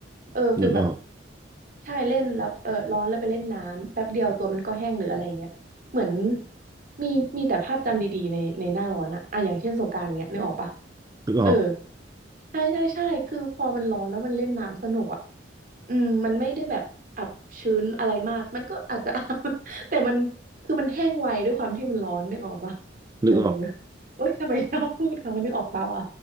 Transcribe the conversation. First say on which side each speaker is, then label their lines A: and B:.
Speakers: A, on the right (about 50°); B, on the right (about 20°).
A: เออฟิลแบบ
B: นึกออก
A: ใช่เล่นแล้วเออร้อนแล้วไปเล่นน้ำแป๊บเดียวตัวมันก็แห้งหรืออะไรเงี้ยเหมือนมีมีแต่ภาพจำดีๆในในหน้าร้อนอะอ่ะอย่างเช่นสงกรานต์เงี้ยนึกออกปะ
B: นึกออก
A: เออ ใช่ใช่ใช่คือพอมันร้อนแล้วมันเล่นน้ำสนุกอ่ะอืมมันไม่ได้แบบอับชื้นอะไรมากมันก็อาจจะ <laughs> แต่มันคือมันแห้งไวด้วยความที่มันร้อนนึกออกปะเออ
B: นึกออก
A: เอ้ยทำไมชอบพูดคำว่านึกออกปะวะ